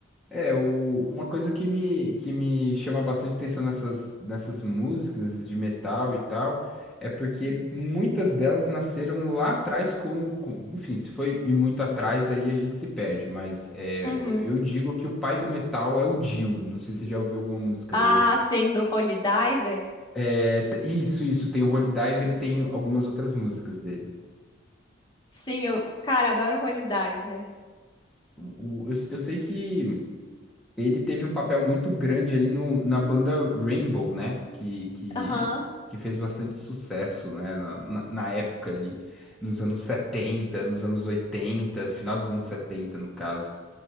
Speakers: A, in the centre; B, on the left.
A: É, o- uma coisa que me, que me chama bastante atenção nessas, nessas músicas, nessas de metal e tal, é porque muitas delas nasceram lá atrás com, com- enfim, se foi e muito atrás aí a gente se perde, mas é,
B: Uhum.
A: eu digo que o pai do metal é o Dio, não sei se você já ouviu alguma música
B: Ah,
A: dele.
B: sim, do Holy Diver.
A: É, t- isso, isso, tem o Holy Diver ele tem algumas outras músicas dele.
B: Sim, eu, cara, adoro Holy Diver.
A: O- o- eu, eu sei que ele teve um papel muito grande ali no, na banda Rainbow, né? Que, que,
B: Aham.
A: que fez bastante sucesso, né? Na, na, na época ali, nos anos 70, nos anos 80, no final dos anos 70, no caso.